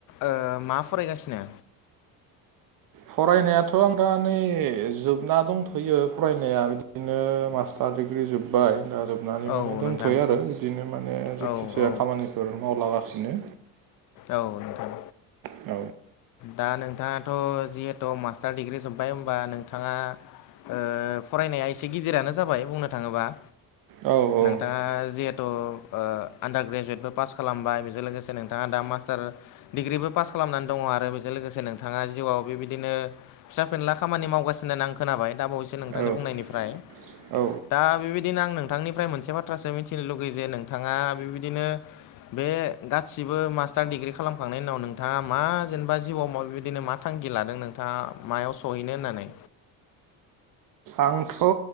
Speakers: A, on the left (about 50°); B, on the right (about 55°).
A: ओ मा फरायगासिनो?
B: फरायनायाथ' आं दा नै जोबना दंथ'यो फरायनाया बिदिनो मास्ट टार दिग्रि जोबबाय दा जोब नानै
A: औ
B: माने दंथ'यो
A: नोंथां
B: आरो बिदिनो माने जेखि
A: औ
B: जाया
A: औ
B: खामानिफोर मावलागासिनो
A: औ नोंथां
B: औ
A: दा नोंथाङाथ जिहेथु मास्टार डिग्रि जोबबाय होनबा नोंथाङा ओ फरायनाया एसे गिदिरानो जाबाय बुंनो थाङोब्ला
B: औ
A: नोंथाङा
B: औ
A: जिहेथु ओ आन्दार ग्रेजुवेटबो पास खालामबाय बेजों लोगोसे से नोंथाङा दा मास्टार डिग्रिबो पास खालामनानै दङ आरो बेजों लोगोसे नोंथाङा जिउआव बेबायदिनो फिसा फिनला खामानि मावगासिनो होननानै आं खोनाबाय दा बावैसो नोंथांनि
B: औ
A: बुंनायनिफ्राय
B: औ
A: दा बेबायदिनो आं नोंथांनिफ्राय मोनसे बाथ्रासो मिथिनो लुगै जे नोंथाङा बेबायदिनो बे गा सिबो मास्टार डिग्रि खालामखांनायनि उनाव नोंथाङा मा जेनेबा जिउआव मा बेबायदिनो मा थांखि लादों नों थाङा मायाव सहैनो होननानै
B: आंथ